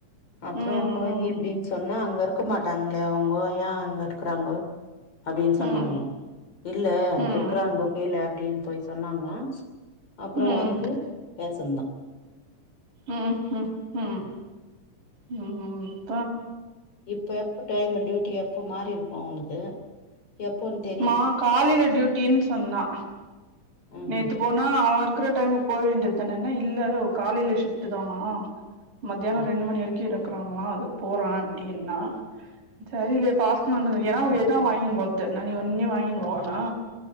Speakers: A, on the left; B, on the right.
A: அப்பறம்
B: ம்
A: போய் இப்டின்னு சொன்னா அங்க இருக் இருக்க மாட்டாங்களையா அவங்கோ ஏன் அங்க இருக்கிறாங்கோ அப்டின்னு சொன்னாங்களா
B: ம்
A: இல்ல
B: ம்
A: இருக்கிறாங்கோ கீழ அப்டின்னு போய் சொன்னாங்களாம் அப்பறம்
B: ம் ம்
A: வந்து பேசந்தான்
B: ஆ ஹ ஹ ஹா ஆ
A: இப்ப எப்ப டைம் டியூட்டி எப்போ மாறி இருக்கும் அவனுக்கு எப்போன்னு தெ
B: மா காலையில டியூட்டின்னு சொன்னா
A: ம்ஹூம்
B: நேத்து போனா அவன் இருக்கிற டைமுக்கு போக வேண்டியது தானே என்ன இல்ல காலையில ஷிப்ட் தானா மத்தியானம்
A: ம்
B: ரெண்டு மணி வரைக்கும் இருக்குறாங்களாம் அதுக்கு போறேன் அப்டின்னா தெரிலயே பாஸ்ட் வந்துடும் ஏனாவ் எதா வாய்ன்னு போறது நான் நீ ஒன்னும் வாய்ன்னு போ வேணா